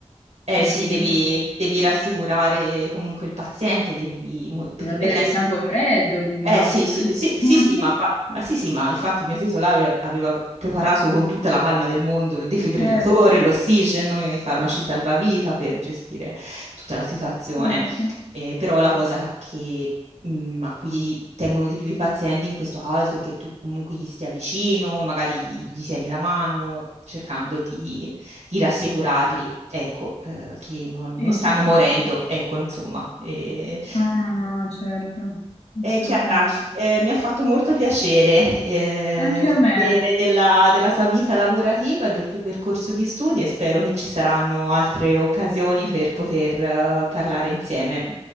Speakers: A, on the right; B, on the left.
A: Eh
B: incredibile.
A: sì, devi, devi rassicurare comunque il paziente, devi, mu- perché
B: Deve avere
A: lei piange
B: il sangue freddo più che
A: eh
B: altro.
A: sì, sì, sì, sì,
B: <laughs>
A: sì, ma, fa- ma sì, sì, ma infatti il mio titolare aveva preparato con tutta la calma del mondo il defibrillatore,
B: Certo,
A: l'ossigeno, i farmaci salvavita per gestire tutta la situazione.
B: certo.
A: Eh, però la cosa che, mm, a cui tengono di più i pazienti in questo caso è che tu comunque gli stia vicino, magari gli tieni la mano, cercando di, di rassicurarli, ecco, eh, che non,
B: Sì,
A: non stanno
B: sì, sì,
A: morendo,
B: sì.
A: ecco, insomma. Eh,
B: No, no, no, certo,
A: eh,
B: assolutamente.
A: Chiara, eh, mi ha fatto molto piacere eh,
B: Anche a
A: sapere
B: me.
A: della, della tua vita lavorativa e del tuo percorso di studi e spero che ci saranno altre occasioni per poter eh, parlare insieme.